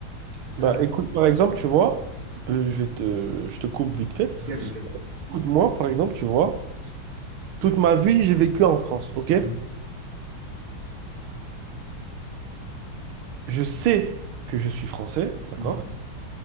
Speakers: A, on the right; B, on the right.
A: ça,
B: Bah, écoute, par exemple, tu vois, euh, je vais te, je te coupe vite fait.
A: t'inquiète, t'inquiète pas.
B: Écoute, moi, par exemple, tu vois, toute ma vie, j'ai vécu en France, ok?
A: Mhm,
B: Je sais que je suis français, d'accord?
A: mhm,